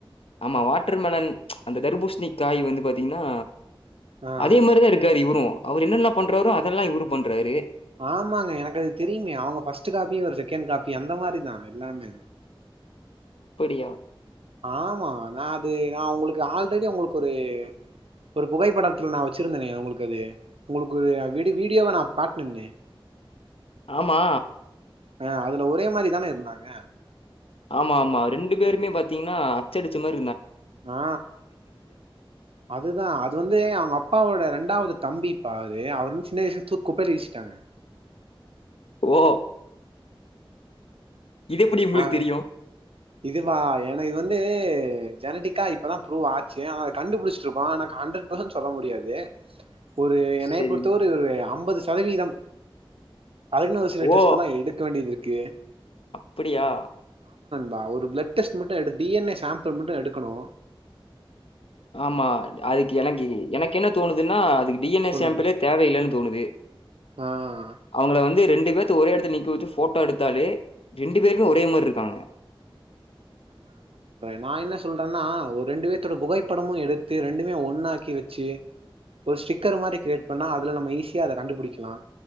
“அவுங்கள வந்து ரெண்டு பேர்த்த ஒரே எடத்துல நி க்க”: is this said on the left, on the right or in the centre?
Left